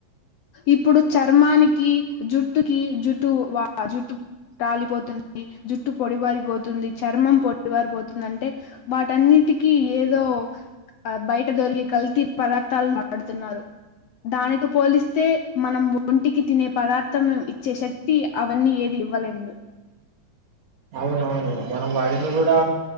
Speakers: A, on the left (about 75°); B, on the right (about 55°).
A: ఇప్పుడు చర్మానికి జుట్టుకి జుటు వా జుట్టు రాలిపోతుంది జుట్టు పొడిబారిపోతుంది చర్మం పొడిబారిపోతు అంటే వాటన్నిటి కి ఏదో బయట దొరికే కల్తీ పదార్తాలును వాడు తున్నారు దానితో పోలిస్తే మనం ఒంటికి తినే ప దార్థం ఇచ్చే శక్తి అవన్నీ ఏది ఇవ్వలేదు
B: అవునవును మనం వాడింది కూడా